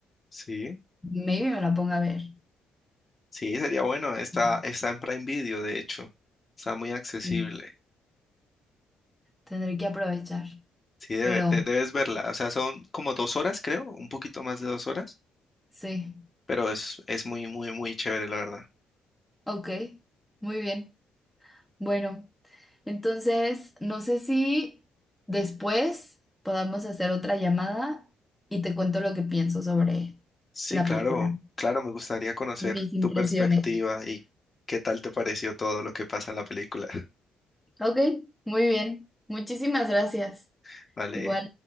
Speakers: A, on the left; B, in the centre.
A: Sí,
B: maybe me la ponga a ver.
A: sí, sería bueno. Está,
B: mm,
A: está en Prime Video, de hecho. Está muy accesible.
B: sí. Tendré que aprovechar.
A: Sí, debe-
B: Pero
A: de- debes verla. O sea, son como dos horas, creo, un poquito más de dos horas,
B: sí,
A: pero es, es muy, muy, muy chévere, la verdad.
B: ok, muy bien. Bueno, entonces no sé si después podamos hacer otra llamada y te cuento lo que pienso sobre
A: Sí,
B: la
A: claro,
B: película
A: claro, me gustaría conocer
B: y mis impresiones.
A: tu perspectiva y qué tal te pareció todo lo que pasa en la película.
B: Ok, muy bien. Muchísimas gracias.
A: <laughs> Vale.
B: Igual,